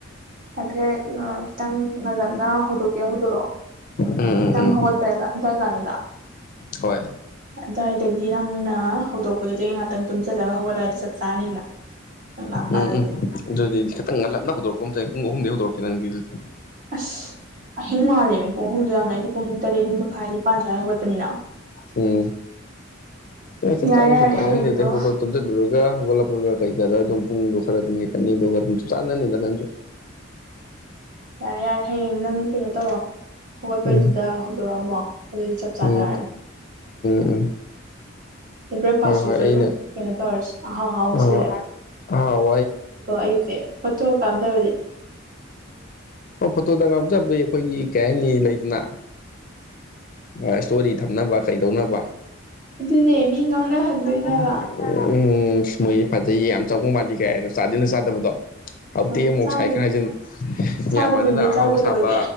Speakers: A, on the right (about 45°); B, on the left (about 45°).
A: ꯍꯥꯏꯐꯦꯠ ꯈꯤꯇꯪ ꯉꯜꯂꯞꯅ ꯍꯧꯗꯣꯛꯀꯦ ꯍꯧꯗꯣꯔꯛꯑꯣ
B: ꯎꯝ ꯎꯝ
A: ꯅꯪ
B: ꯎꯝ
A: ꯍꯧꯒꯠꯄꯩ ꯑꯗꯥꯏ ꯀꯥꯟꯗꯨꯗ
B: ꯍꯣꯏ
A: ꯑꯗꯥꯏꯗꯒꯤ ꯅꯪꯅ ꯍꯧꯗꯣꯛꯄꯗꯨꯗꯒꯤ ꯉꯍꯥꯛꯇꯪ ꯇꯨꯝꯖꯜꯂꯒ ꯍꯧꯒꯠꯂꯛꯑꯗꯤ ꯆꯞ ꯆꯥꯅꯤꯅ ꯅꯪ ꯂꯥꯛꯀꯥꯟꯗꯗꯤ
B: ꯎꯝ ꯎꯝ ꯑꯗꯨꯗꯤ ꯈꯤꯇꯪ ꯉꯜꯂꯞꯅ ꯍꯧꯗꯣꯔꯛꯄ ꯑꯃ ꯆꯪꯉꯦ ꯄꯨꯡ ꯑꯍꯨꯝꯗꯒꯤ ꯍꯧꯗꯣꯔꯛꯀꯦ ꯅꯪꯗꯤ ꯑꯗꯨꯗꯤ
A: ꯑꯁ ꯑꯍꯤꯡ ꯃꯥꯜꯂꯦꯃꯤ ꯄꯨꯡ ꯑꯍꯨꯝꯗꯣ ꯌꯥꯝꯅ ꯑꯩꯗꯤ ꯄꯨꯡ ꯇꯔꯦꯠ ꯃꯈꯥꯏꯅꯤ ꯅꯤꯄꯥꯜ ꯁ꯭ꯋꯥꯏ ꯍꯧꯒꯠꯄꯅꯤꯅ
B: ꯎꯝ ꯑꯦ ꯆꯞ
A: ꯌꯥꯔꯦ
B: ꯆꯥꯅꯤ
A: ꯌꯥꯔꯦ
B: ꯆꯞ ꯆꯥꯅꯤ
A: ꯍꯌꯦꯡꯗꯣ
B: ꯅꯪꯗꯤ ꯗꯨꯝ ꯍꯧꯒꯠ ꯇꯨꯝꯖꯟꯂꯨꯔꯒ ꯍꯧꯒꯠꯂꯛ ꯄꯨꯜꯒ ꯀꯩꯀꯗ ꯑꯗꯨꯝ ꯄꯨꯡꯗꯣ ꯈꯔ ꯃꯤꯅꯤꯠ ꯑꯅꯤꯗꯨꯒ ꯆꯥꯟꯅꯅꯤꯗ ꯅꯪꯁꯨ
A: ꯌꯥꯔꯦ ꯌꯥꯔꯦ ꯍꯌꯦꯡ ꯅꯪ ꯀꯩꯅꯣ ꯇꯧꯔꯣ ꯍꯧꯒꯠꯄꯩꯗꯨꯗ
B: ꯎꯝ
A: ꯍꯧꯗꯣꯔꯛꯑꯝꯃꯣ ꯑꯗꯨꯗꯤ ꯆꯞ ꯆꯥꯟꯅꯔꯅꯤ
B: ꯎꯝ ꯎꯝ
A: ꯕ꯭ꯔꯦꯛꯐꯥꯁꯇꯨꯖꯨ
B: ꯍꯣꯏ ꯍꯣꯏ ꯑꯩꯅ
A: ꯑꯗꯨꯝ ꯀꯩꯅꯣ ꯇꯧꯔꯁꯦ ꯑꯍꯥꯎ ꯑꯍꯥꯎꯁ
B: <unintelligible> ꯑꯣ
A: ꯑꯩꯒꯤꯁꯦ ꯐꯣꯇꯣ ꯀꯥꯞꯅꯕꯅꯦ
B: ꯐꯣꯇꯣꯗ ꯉꯥꯎꯖꯕꯤ ꯑꯩꯈꯣꯏꯒꯤ ꯀꯩ ꯍꯥꯏꯅꯤ ꯂꯩꯗꯅ ꯑꯥ ꯁ꯭ꯇꯣꯔꯤ ꯊꯝꯅꯕ ꯀꯩꯗꯧꯅꯕ
A: ꯑꯗꯨꯅꯦ ꯃꯤ ꯉꯥꯡꯅꯍꯟꯗꯣꯏꯅꯦ
B: <inaudible>
A: ꯍꯥꯏꯕ
B: ꯎꯝ ꯃꯣꯏꯗꯤ ꯐꯖꯩ ꯌꯥꯝ ꯆꯥꯎꯕ ꯃꯥꯜꯂꯤ ꯀꯥꯏꯅ ꯆꯥꯗꯤ ꯑꯝꯗ ꯆꯥꯗꯕꯗꯣ ꯍꯥꯎꯇꯦ
A: ꯑ
B: ꯃꯣꯛ
A: ꯆꯥꯕ
B: ꯁꯥꯏ ꯈꯔ ꯍꯥꯏꯖꯤꯟ
A: ꯆꯥꯕꯅ
B: ꯃꯌꯥꯝ ꯃꯥꯡꯗꯅ
A: ꯅꯣꯏ ꯆꯥꯎ
B: ꯑꯍꯥꯎꯕ
A: ꯀꯩꯗꯧꯔꯒꯦ
B: ꯁꯥꯕ